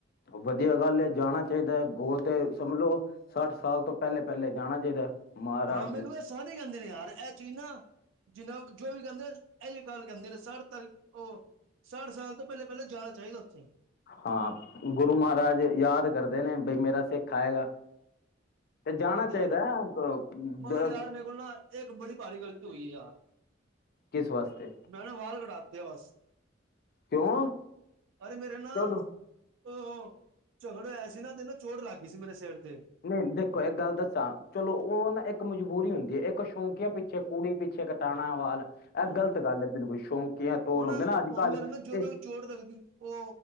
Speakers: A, on the left (about 55°); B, on the right (about 85°).
A: ਵਧੀਆ ਗੱਲ ਏ, ਜਾਣਾ ਚਾਹੀਦਾ ਔ ਤੇ
B: ਹੂੰ
A: ਸਮਝ ਲੋ ਸੱਠ ਸਾਲ ਤੋਂ ਪਹਿਲੇ-ਪਹਿਲੇ ਜਾਣਾ ਚਾਹੀਦਾ। ਮਹਾਰਾਜ
B: ਹਾਂ, ਮੈਨੂੰ ਏ ਸਾਰੇ ਕਹਿੰਦੇ ਨੇ ਯਾਰ ਇਹ ਚੀਜ਼ ਨਾ ਜਿੰਨਾ ਜੋ ਵੀ ਕਹਿੰਦਾ। ਇਯੋ ਗੱਲ ਕਹਿੰਦੇ ਨੇ ਸੱਠ ਤਲ ਤ ਉਹ ਸੱਠ ਸਾਲ ਤੋਂ ਪਹਿਲੇ ਪਹਿਲਾਂ ਜਾਣਾ ਚਾਹੀਦਾ। ਚਾਹੀਦਾ ਉੱਥੇ।
A: ਹਾਂ ਗੁਰੂ ਮਹਾਰਾਜ ਯਾਦ ਕਰਦੇ ਨੇ ਬਈ ਮੇਰਾ ਸਿੱਖ ਆਏਗਾ। ਜਾਣਾ
B: ਔ ਤੇ
A: ਚਾਹੀਦਾ
B: ਹੈ ਈ ਏ।
A: ਅ
B: ਮਗਰ
A: ਜ
B: ਯਾਰ ਮੇਰੇ ਕੋਲ ਨਾ ਇੱਕ ਬੜੀ ਭਾਰੀ ਗ਼ਲਤੀ ਹੋਈ ਏ ਯਾਰ।
A: ਕਿਸ ਵਾਸਤੇ
B: ਮੈਂ ਨਾ ਵਾਲ ਕਟਾਤੇ ਏ ਬਸ
A: ਕਿਉਂ
B: ਅਰੇ ਮੇਰੇ ਨਾ
A: ਚਲੋ
B: ਔ ਝਗੜਾ ਹੋਯਾ ਸੀ ਨਾ ਤੇ ਨਾ ਚੋਟ ਲੱਗ ਗਈ ਸੀ ਮੇਰੇ ਸਿਰ ਤੇ
A: ਨਹੀਂ ਦੇਖੋ ਇੱਕ ਗੱਲ ਦੱਸਾਂ ਚਲੋ ਔ ਨਾ ਇੱਕ ਇੱਕ ਮਜਬੂਰੀ ਹੁੰਦੀ ਏ, ਇੱਕ ਸ਼ੌਂਕੀਆਂ ਪਿੱਛੇ, ਕੂੜੀ ਪਿੱਛੇ ਕਟਾਣਾ ਵਾਲ ਇਹ
B: ਹੁੰ
A: ਗ਼ਲਤ
B: ਹੁੰ
A: ਗੱਲ ਹੈ ਬਿਲਕੁਲ ਸ਼ੌਂਕੀਆਂ ਤੋਰ
B: ਹੁਨ
A: ਹੁੰਦੇ ਨਾ ਅੱਜ
B: ਹੁਣ
A: ਕੱਲ
B: ਮੇਰੇ ਨਾ ਜਦੋ
A: ਤੇ
B: ਵੀ ਚੋਟ ਲੱਗਦੀ, ਔ